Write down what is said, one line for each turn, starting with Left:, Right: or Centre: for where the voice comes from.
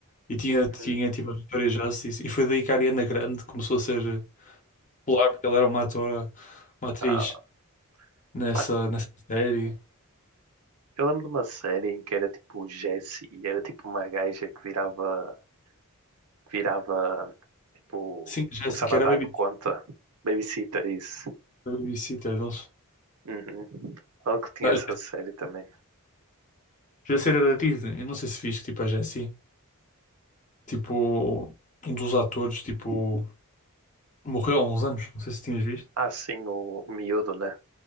Left: E tinha, tinha
Right: hum,
Left: tipo a Victoria Justice. E foi daí que a Ariana Grande começou a ser. popular porque ela era uma atora, uma atriz
Right: ah,
Left: nessa,
Right: mano,
Left: nessa série.
Right: eu lembro de uma série em que era tipo Jessie e era tipo uma gaja que virava que virava, tipo,
Left: Sim, a Jessica
Right: começava
Left: era
Right: a dar
Left: a babysitter,
Right: conta. Babysitter, isso.
Left: a babysitter deles.
Right: Uhum. Falando que tinha
Left: Não,
Right: essa
Left: a
Right: série também.
Left: Jessica era da Disney. Eu não sei se viste, tipo, a Jessie. Tipo, um dos atores, tipo, morreu há uns anos. Não sei se tinhas visto.
Right: Ah, sim, o, o Miúdo, né?